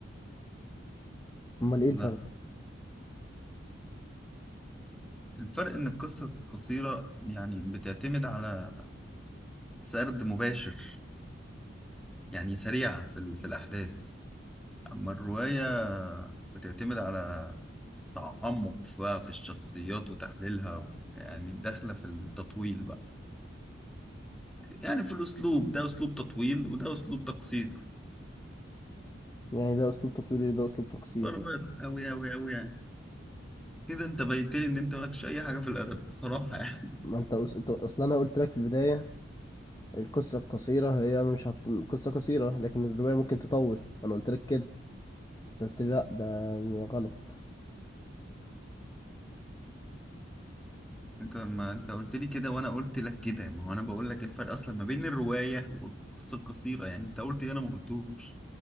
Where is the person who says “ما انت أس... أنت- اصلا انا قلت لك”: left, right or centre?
Left